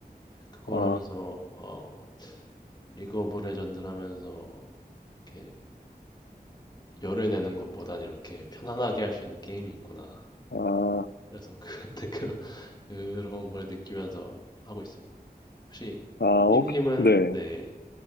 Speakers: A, on the left (about 25°); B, on the left (about 85°).
A: 그걸
B: 아,
A: 하면서 어, 리그 오브 레전드를 하면서 이렇게 열을 내는 것보단 이렇게 편안하게 할 수 있는 게임이 있구나.
B: 아,
A: 그래서 그 <laughs> 댓글을 그런 걸 느끼면서 하고 있습니다. 혹시
B: 아,
A: 삐님은
B: 오케이. 네.
A: 네,